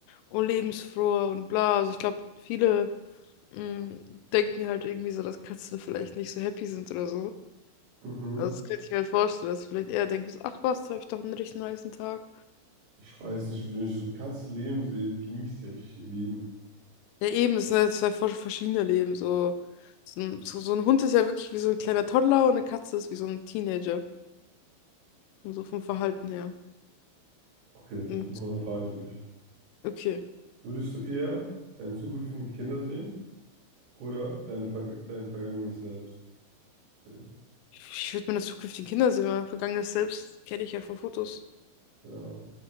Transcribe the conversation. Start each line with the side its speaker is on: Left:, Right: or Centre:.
Left: und lebensfroher und bla. Also ich glaube, viele mm, denken halt irgendwie so, dass Katzen vielleicht nicht so happy sind oder so.
Right: Mhm.
Left: Also das könnte ich mir halt vorstellen, dass du vielleicht eher denkst, ach was, da habe ich doch einen richtig niceen Tag.
Right: Ich weiß nicht, wenn ich so eine Katze leben sehe, die genießt ja richtig ihr Leben.
Left: Ja, eben, das sind halt zwei voll verschiedene Leben. So, so, ein- so, so ein Hund ist ja wirklich wie so ein kleiner Toddler und eine Katze ist wie so ein Teenager. Und so vom Verhalten her.
Right: Okay, ich
Left: Und
Right: habe noch eine Frage für dich.
Left: okay.
Right: Würdest du eher deine zukünftigen Kinder sehen oder deine Verga- dein vergangenes Selbst sehen?
Left: Ich würde meine zukünftigen Kinder sehen, mein vergangenes Selbst kenne ich ja von Fotos.
Right: Ja.